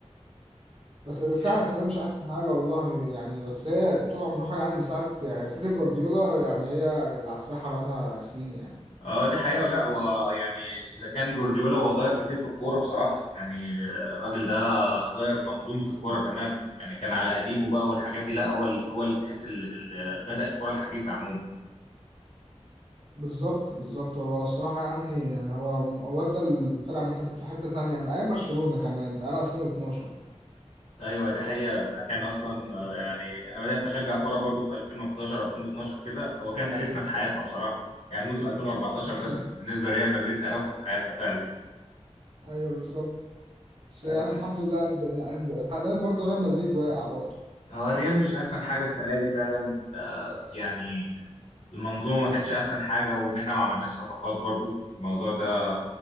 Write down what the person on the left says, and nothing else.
آه،
اه دي حقيقة ولا هو يعني اذا كان جوارديولا هو غير كتير من الكورة بصراحة يعني الراجل ده غير منظومة الكورة تماما يعني كان على قديمه بقى والحاجات دي لا هو ال- هو اللي تحس ال- ال- بدأ الكورة الحديثة عموما
ايوه دي حقيقة كان اصلا آه، يعني انا بدأت اشجع كورة برضو في 2011 2012 كده هو كان قرفنا في حياتنا بصراحة يعني موسم 2014
ده في- بالنسبة لريال مدريد قرفنا في حياتنا فعلا
بس
هو الريال مش احسن حاجة السنة دي فعلا آه، يعني المنظومه ما كانتش احسن حاجه وان احنا ما عملناش صفقات برضو الموضوع ده